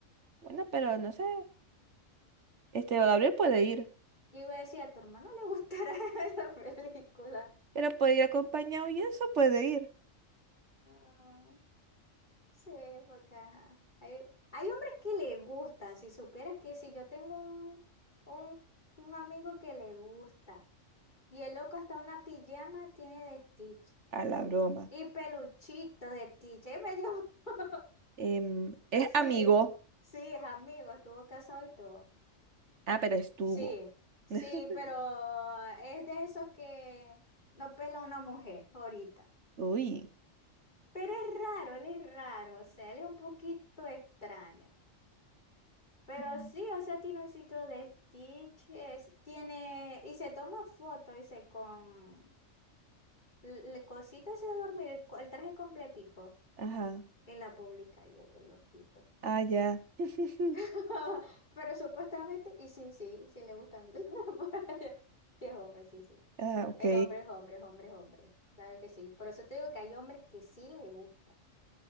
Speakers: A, on the right; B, on the left.
A: Bueno, pero no sé. Este Gabriel puede ir,
B: Yo iba a decir, a tu hermano le gustará <laughs> esa película.
A: pero puede ir acompañado y eso puede ir.
B: Ah, sí, porque ajá, Hay, hay hombres que le gustan. Si supieras que si yo tengo un, un, un amigo que le gusta. Y el loco hasta una pijama tiene de Stitch.
A: A la broma.
B: Y peluchito de Stitch. Ahí me dio- <laughs>
A: Em, es
B: Sí,
A: amigo.
B: sí, es amigo, estuvo casado y todo.
A: Ah, pero estuvo.
B: Sí, sí,
A: <laughs>
B: pero es de esos que no pela una mujer ahorita.
A: Uy.
B: Pero es raro, él es raro, o sea, él es un poquito extraño. Pero
A: Mm.
B: sí, o sea, tiene un sitio de stitches, tiene, y se toma fotos, dice, con el cosito ese de dormir, el, co- el traje completico,
A: Ajá.
B: en la pública yo qué loquito.
A: Ah, ya. <laughs>
B: <laughs> Pero supuestamente, y sí, sí, sí le gustan <laughs> por allá. Sí, es hombre, sí, sí.
A: Ah, ok.
B: Es hombre, es hombre, es hombre, es hombre. Claro que sí. Por eso te digo que hay hombres que sí le gusta.